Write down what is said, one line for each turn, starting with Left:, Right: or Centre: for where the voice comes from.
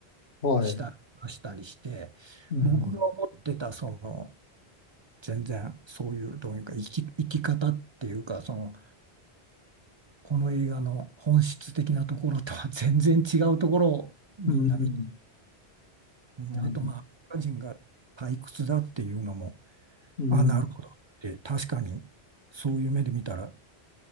Left: はい、
Right: したりしたりして、
Left: うん、
Right: 僕が思ってた、その、全然そういう、どういうか、生き、生き方っていうか、その、この映画の本質的なところとは <laughs> 全然違うところをみんな見て、
Left: うん、
Right: うんあと、
Left: うん、
Right: まあ、アメリカ人が退屈だっていうのも、
Left: うん、
Right: あ、なるほどって、確かに、そういう目で見たら